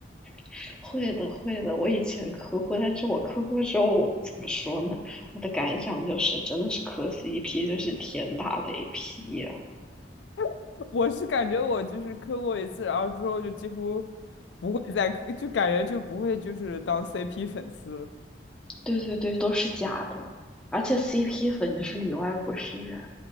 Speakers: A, in the centre; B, on the left (about 85°).
A: <laughs> 会的，会的。我以前磕过，但是我磕过之后，我怎么说呢？我的感想就是，真的是磕 CP 就是天打雷劈呀、
B: <laughs> 我是感觉我就是磕过一次，然后之后就几乎不会再磕，就感觉就不会就是当 CP 粉丝了。
A: 对对对，都是假的，而且 CP 粉就是里外不是人。